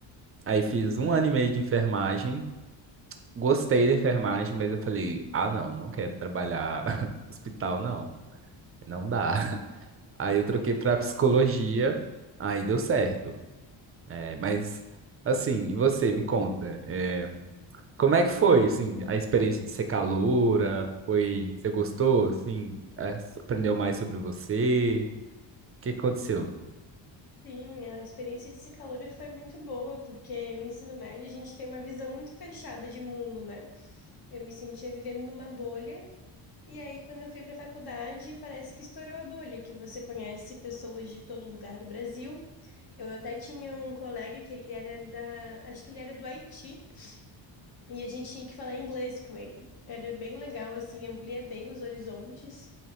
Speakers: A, on the right; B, on the left.
A: aí fiz um ano e meio de enfermagem. Gostei da enfermagem, mas eu falei: "Ah, não, não quero trabalhar <laughs> no hospital não, não dá". <laughs> Aí eu troquei para psicologia, aí deu certo. É, mas assim, e você me conta, é, como é que foi, assim, a experiência de ser caloura? Foi, você gostou, assim, é, s- aprendeu mais sobre você? O que aconteceu?
B: Sim, a experiência de psicologia foi muito boa, porque no ensino médio a gente tem uma visão muito fechada de mundo, né? Eu me sentia vivendo numa bolha E aí, quando eu fui para a faculdade, parece que estourou a bolha, que você conhece pessoas de todo lugar do Brasil. Eu até tinha um colega que ele era da, acho que ele era do Haiti, e a gente tinha que falar inglês com ele. Era bem legal, assim, amplia bem os horizontes.